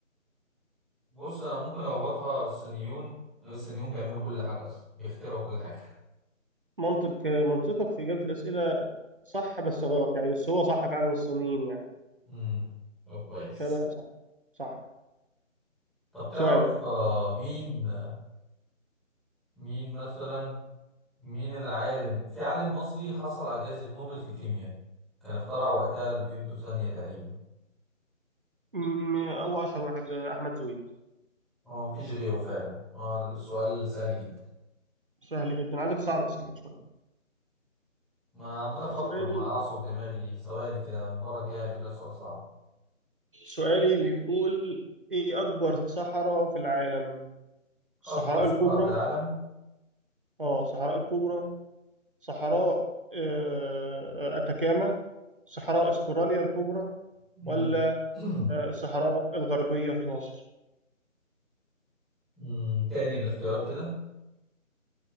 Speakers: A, in the centre; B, on the right (about 40°).
A: بص أنا ممكن أربطها الصينيون الصينيون بيعملوا كل حاجة أصلا بيخترعوا كل حاجة
B: منطق آه، منطقك في إجابة الأسئلة صح بس غلط يعني بس هو صح فعلا الصينيين يعني.
A: مم. طب كويس
B: شبه صح صح
A: طب تعرف
B: سؤالك
A: آه مين مين مثلا مين العالم في عالم مصري حصل على جائزة نوبل في كيمياء كان اخترع وقتها الفيمتو ثانية تقريبا
B: م- هو اشهر واحد آه، احمد زويل
A: اه مفيش غيره فعلا آه، السؤال سهل جدا
B: سهل جدا عايزك تصعب اسئلتك شويه
A: ما عمال أفكر
B: سؤالي
A: ما أعصر دماغي ثواني كده المرة الجاية هجيب لك سؤال صعب
B: سؤالي بيقول ايه اكبر صحراء في العالم الصحراء
A: أكبر صحراء
B: الكبرى
A: في العالم
B: اه صحراء الكبرى صحراء آه، آه، اتاكاما صحراء استراليا الكبرى
A: مم.
B: ولا
A: <clears throat>
B: آه، الصحراء الغربيه في مصر
A: مم. تاني الاختيارات كده